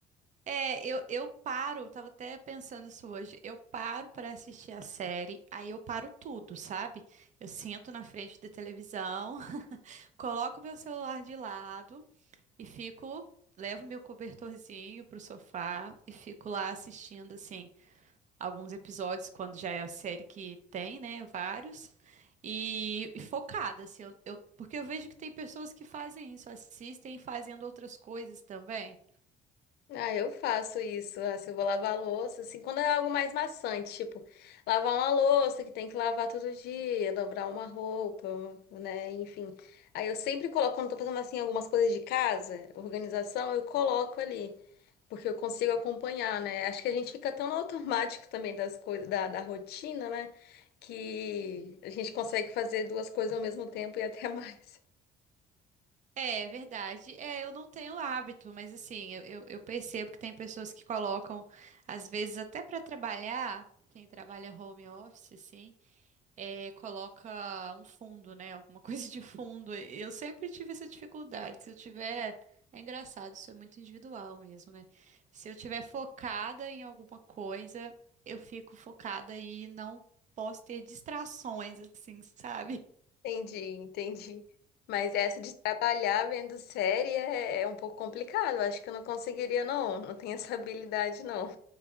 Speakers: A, on the right; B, on the left.
A: É, eu, eu paro, eu tava até pensando isso hoje. Eu paro para assistir a série, aí eu paro tudo, sabe? Eu sento na frente da televisão, <laughs> coloco meu celular de lado. E fico, levo meu cobertorzinho pro sofá e fico lá assistindo, assim, alguns episódios, quando já é a série que tem, né? Vários. E, e focada, assim, eu, eu- porque eu vejo que tem pessoas que fazem isso, assistem fazendo outras coisas também.
B: Ah, eu faço isso. Ah, se eu vou lavar a louça, assim, quando é algo mais maçante, tipo, lavar uma louça que tem que lavar todo dia, dobrar uma roupa, um- né? Enfim. Aí eu sempre coloco, quando eu tô fazendo assim algumas coisas de casa, organização, eu coloco ali, porque eu consigo acompanhar, né? Acho que a gente fica tão no <laughs> automático também das coisas, da, da rotina, né? Que a gente consegue fazer duas coisas ao mesmo tempo e até <laughs> mais.
A: É é verdade. É, eu não tenho hábito, mas assim, eu, eu- eu percebo que tem pessoas que colocam, às vezes até para trabalhar, quem trabalha home office, assim, é, coloca um fundo, né? Alguma <laughs> coisa de fundo. Eu sempre tive essa dificuldade. Se eu tiver. É engraçado, isso é muito individual mesmo, né? Se eu tiver focada em alguma coisa, eu fico focada e não posso ter distrações, assim, sabe?
B: Entendi, entendi. Mas essa de trabalhar vendo série é, é um pouco complicado. Eu Acho que eu não conseguiria, não. Não tenho essa habilidade, não.